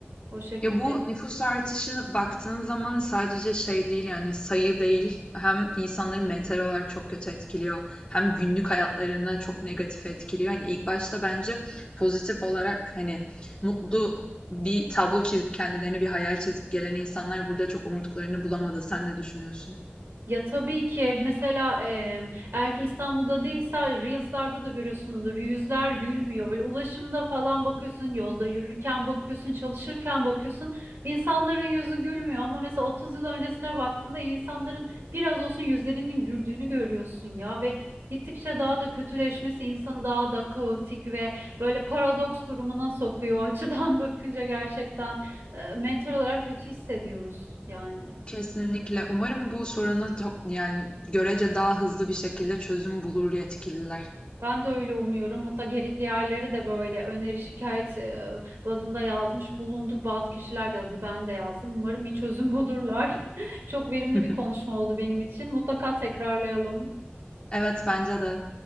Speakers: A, on the right; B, on the left.
A: O şekilde
B: Ya bu nüfus artışına baktığın zaman sadece şey değil yani sayı değil hem insanları mental olarak çok kötü etkiliyor hem günlük hayatlarına çok negatif etkiliyor. Hani ilk başta bence pozitif olarak hani mutlu bir tablo çizip kendilerine bir hayal çizip gelen insanlar burada çok umduklarını bulamadı. Sen ne düşünüyorsun?
A: Ya tabii ki mesela eee eğer ki İstanbul'da değilse Reels'larda da görüyorsundur yüzler gülmüyor. Böyle ulaşımda falan bakıyorsun yolda yürürken bakıyorsun çalışırken bakıyorsun insanların yüzü gülmüyor. Ama mesela 30 yıl öncesine baktığında insanların biraz olsun yüzlerinin güldüğünü görüyorsun ya ve gittikçe daha da kötüleşmesi insanı daha da kaotik ve böyle paradoks durumuna sokuyor. O açıdan <laughs> bakınca gerçekten eee, mental olarak kötü hissediyoruz yani.
B: Kesinlikle. Umarım bu soruna çok, yani görece daha hızlı bir şekilde çözüm bulur yetkililer.
A: Ben de öyle umuyorum. Hatta gerekli yerlere de böyle öneri şikayet e, bazında yazmış bulunduk. Bazı kişiler de yazdı, ben de yazdım. Umarım bir çözüm bulurlar. <laughs> Çok verimli
B: <laughs>
A: bir konuşma oldu benim için. Mutlaka tekrarlayalım.
B: Evet bence de.